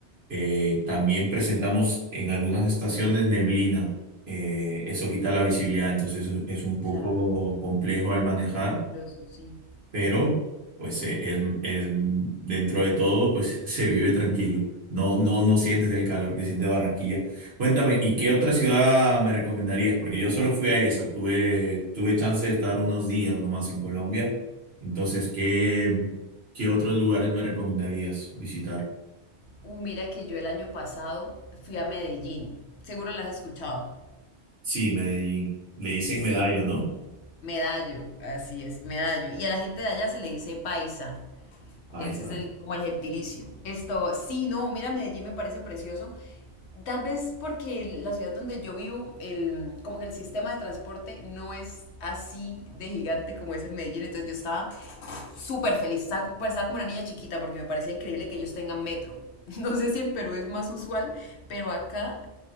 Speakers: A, on the right; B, on the left.
A: eh, también presentamos en algunas estaciones neblina. Eh, eso quita la visibilidad, entonces es es un poco
B: claro,
A: complejo al manejar.
B: peligroso, sí.
A: pero pues eh, es, es- dentro de todo pues se vive tranquilo. No, no, no sientes el calor que siente Barranquilla. Cuéntame, ¿y qué otra ciudad me recomendarías? Porque yo solo fui a esa, tuve, tuve chance de estar unos días nomás en Colombia. Entonces, ¿qué, qué otros lugares me recomendarías visitar?
B: Uh, mira que yo el año pasado fui a Medellín. Seguro las has escuchado.
A: Sí, Medellín. Le dicen
B: Sí,
A: Medallo, ¿no?
B: Medallo, así es, Medallo. Y a la gente de allá se le dice paisa.
A: Ay,
B: Ese
A: no.
B: es el, como el gentilicio. Esto, sí, no, mira, Medellín me parece precioso. Tal vez porque la ciudad donde yo vivo, el, como que el sistema de transporte no es así de gigante como es en Medellín. Entonces yo estaba súper feliz, estaba, como- estaba como una niña chiquita porque me parecía increíble que ellos tengan metro. <laughs> No sé si en Perú es más usual, pero acá